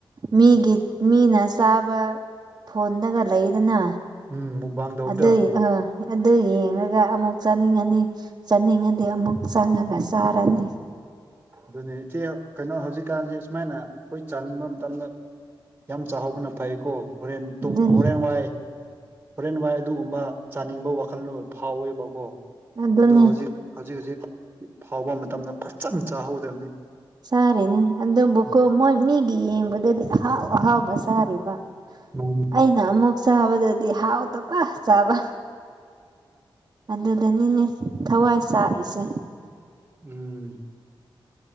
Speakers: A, on the right; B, on the right.
A: ꯃꯤꯒꯤ ꯃꯤꯅ ꯆꯥꯕ ꯐꯣꯟꯗꯒ ꯂꯩꯗꯅ
B: ꯎꯝ ꯃꯨꯛꯕꯥꯥꯡ ꯇꯧꯕꯗꯣ
A: ꯑꯗꯨꯏ ꯑꯥ ꯑꯗꯨ ꯌꯦꯡꯂꯒ ꯑꯃꯨꯛ ꯆꯥꯅꯤꯡꯉꯥꯅꯤ ꯆꯥꯅꯤꯡꯉꯥꯗꯤ ꯑꯃꯨꯛ ꯆꯪꯉꯥꯒ ꯆꯥꯔꯅꯤ
B: ꯑꯗꯨꯅꯦ ꯏꯆꯦ ꯀꯩꯅꯣ ꯍꯧꯖꯤꯛꯀꯥꯟꯁꯤ ꯁꯨꯃꯥꯏꯅ ꯑꯩꯈꯣꯏ ꯆꯥꯅꯤꯡꯕ ꯃꯇꯝꯗ ꯌꯥꯝ ꯆꯥꯍꯧꯕꯅ ꯐꯩꯀꯣ ꯍꯣꯔꯦꯟ ꯇꯨꯡ
A: ꯑꯗꯨꯅꯤ
B: ꯍꯣꯔꯦꯟ ꯋꯥꯏ ꯍꯣꯔꯦꯟ ꯋꯥꯏ ꯑꯗꯨꯒꯨꯝꯕ ꯆꯥꯅꯤꯡꯕ ꯋꯥꯈꯜꯂꯣꯟ ꯐꯥꯎꯋꯦꯕ ꯀꯣ
A: ꯑꯗꯨꯅꯤ
B: ꯑꯗꯣ ꯍꯧꯖꯤꯛ ꯍꯧꯖꯤꯛ ꯍꯧꯖꯤꯛ ꯐꯥꯎꯕ ꯃꯇꯝꯗ ꯐꯖꯅ ꯆꯥꯍꯧꯗꯕꯅꯤ
A: ꯁꯥꯔꯤꯅꯦ ꯑꯗꯨꯕꯨꯀꯣ ꯃꯣꯏ ꯃꯤꯒꯤ ꯌꯦꯡꯕꯗꯗꯤ ꯑꯍꯥꯎ ꯑꯍꯥꯎꯕ ꯁꯥꯥꯔꯤꯕ
B: ꯃꯥꯅꯤ
A: ꯑꯩꯅ ꯑꯃꯨꯛ ꯆꯥꯕꯗꯗꯤ ꯍꯥꯎ ꯇꯕ ꯆꯥꯕ ꯑꯗꯨꯗꯅꯤꯅꯦ ꯊꯋꯥꯏ ꯆꯥꯛꯏꯁꯦ
B: ꯎꯝ